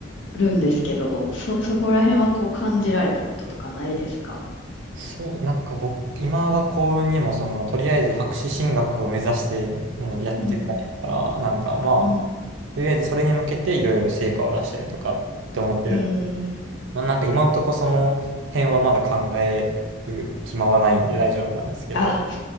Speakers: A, on the left; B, on the right.
A: るんですけど、そ、そこら辺はこう感じられたこととかないですか
B: そう、なんか僕、今は幸運にも、その、とりあえず博士進学を目指して、もうやってるだけだから、
A: うん、
B: なんかまあ、
A: うん、
B: とりあえずそれに向けていろいろ成果を出したりとかって思ってる
A: うん。
B: まあ、なんか今んとこその辺はまだ考える暇はないんで大丈夫なんですけど、
A: あ、